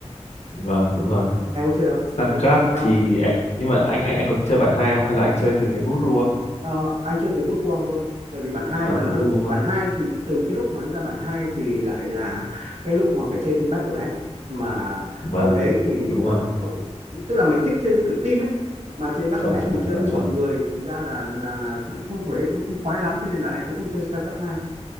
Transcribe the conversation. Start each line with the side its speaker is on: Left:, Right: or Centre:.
Left: vâng đúng rồi
Right: em có chơi không
Left: StarCraft
Right: em có chơi StarCraft
Left: thì
Right: không
Left: ạ- nhưng mà anh anh anh có chơi bản hai không hay là anh chơi từ cái Brood
Right: ờ, anh chưa từ bước qua thôi tại vì bản hai
Left: Ờ
Right: là nó
Left: Brood
Right: bản hai thì từ cái lúc mà nó ra bản hai thì lại là cái lúc mà phải chơi trên Battle.net mà
Left: vâng
Right: hồi đấy thì
Left: đúng
Right: ờ,
Left: rồi
Right: không tức là mình thích chơi với kiểu team ấy mà chơi Battle.net
Left: chuẩn chuẩn
Right: thì chơi
Left: chuẩn
Right: với
Left: chuẩn
Right: mọi người thành ra là là là cũng không hồi đấy cũng không khoái lắm cho nên là anh cũng không chơi StarCraft hai